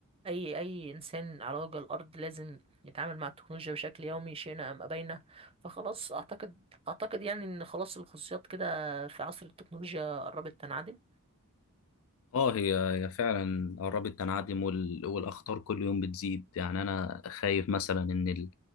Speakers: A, on the right (about 25°); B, on the left (about 65°).
A: اي اي انسان على وجه الارض لازم يتعامل مع التكنولوجيا بشكل يومي شئنا ام ابينا فخلاص اعتقد اعتقد يعني ان خلاص الخصوصيات كده في عصر التكنولوجيا قربت تنعدم
B: اه هي هي فعلا قربت تنعدم وال- والاخطار كل يوم بتزيد يعني انا خايف مثلا ان